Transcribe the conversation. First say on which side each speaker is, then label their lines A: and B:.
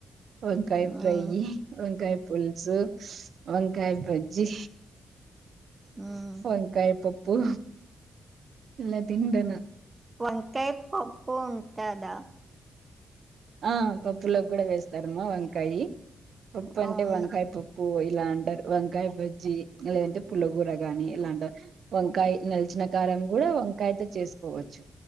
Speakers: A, on the right; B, on the right.
A: వంకాయ
B: మ్మ్,
A: ఫ్రై వంకాయ పుల్సు వంకాయ భజ్జి
B: మ్మ్.
A: వంకాయ పోప్పు ఇలా తింటన
B: వంకాయ్ పప్పు ఉంటాద
A: ఆ పప్పులో కూడ వేస్తారమ్మా వంకాయ పప్పు
B: అవునా
A: అంటే వంకాయ పప్పు ఇలాఅంటారు వంకాయ బజ్జి లేదంటే పుల్లగూర గాని ఇలా అంటారు వంకాయ నలిచిన కారం కూడా వంకాయతో చేసుకోవచ్చు